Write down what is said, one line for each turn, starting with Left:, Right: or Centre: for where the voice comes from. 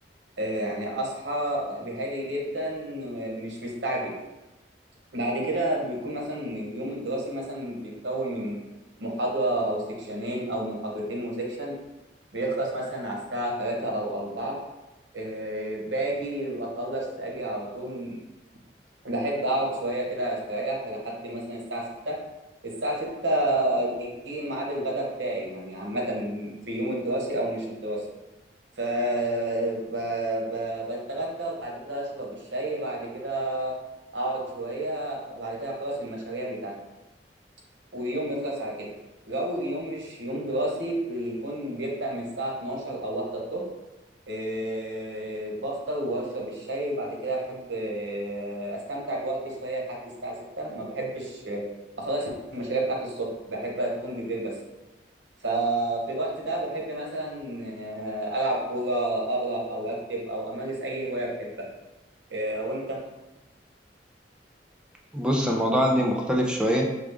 Right: آه، يعني اصحى بهادي جدا مش مستعجل بعد كده بيكون مثلا اليوم الدراسي مثلا بيتكون من محاضرة أو سكشنين أو محاضرتين وسكشن بيخلص مثلا على الساعة تلاتة أو أربعة آه، باجي أخلص أجي على طول بحب أقعد شوية كده أستريح لحد مثلا الساعة ستة الساعة ستة دي ميعاد الغداء بتاعي يعني عامة في يوم الدراسي أو مش الدراسي ف ب... ب... بتغدى وبعد كده اشرب الشاي بعد كده اقعد شويه بعد كده اخلص المشاريع بتاعتي ويوم يخلص على كده لو اليوم مش يوم دراسي بيكون بيبدأ من الساعه 12 او 1 الظهر إيه بفطر واشرب الشاي بعد كده احب آه، استمتع بوقتي شويه لحد الساعه 6 ما بحبش آه، اخلص المشاريع بتاعتي الصبح بحب تكون بالليل بس ففي الوقت ده بحب مثلا آه، ألعب كورة أقرأ أو أكتب أو أمارس أي هواية بحبها آه، وأنت؟
Centre: بص الموضوع عندي مختلف شوية